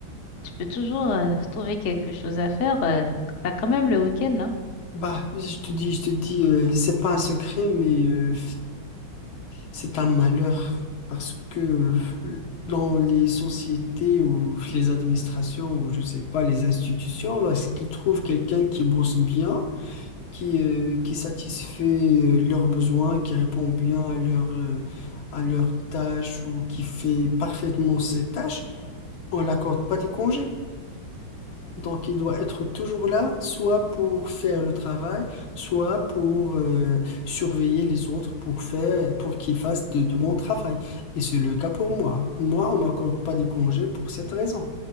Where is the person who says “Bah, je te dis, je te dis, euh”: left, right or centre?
Left